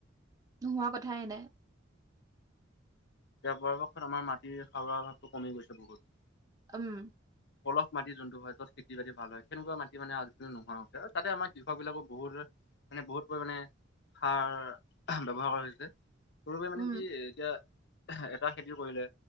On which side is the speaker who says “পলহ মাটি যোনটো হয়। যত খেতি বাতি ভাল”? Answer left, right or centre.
Left